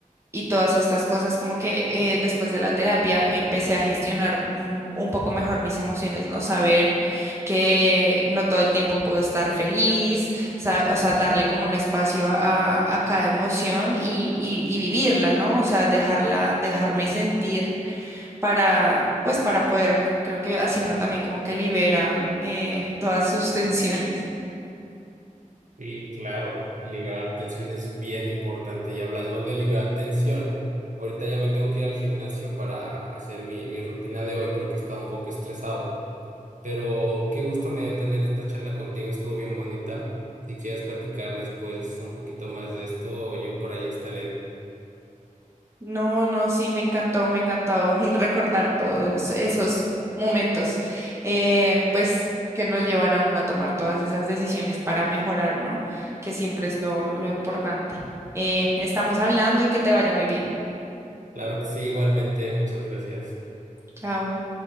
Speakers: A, on the right; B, on the right.
A: y todas estas cosas, como que eh, después de la terapia empecé a gestionar mm, un poco mejor mis emociones, ¿no? Saber que no todo el tiempo puedo estar feliz, sa- o sea, darle como un espacio a, a cada emoción y, y, y vivirla, ¿no? O sea, dejarla, dejarme sentir para, pues, para poder, creo que así uno también como que libera eh, todas sus tensiones.
B: Sí, claro, liberar tensión es bien importante. Y hablando de liberar tensión, ahorita ya me tengo que ir al gimnasio para hacer mi, mi rutina de hoy porque estaba un poco estresado. Pero qué gusto me dio tener esta charla contigo, estuvo bien bonita. Si quieres platicar después un poquito más de esto, yo por ahí estaré.
A: No, no, sí, me encantó, me encantó <laughs> recordar todos esos momentos, eh, pues que nos llevan a uno a tomar todas esas decisiones para mejorar, ¿no? Que siempre es lo, lo importante. Eh, estamos hablando y que te vaya muy bien.
B: Claro que sí, igualmente, muchas gracias.
A: Chao.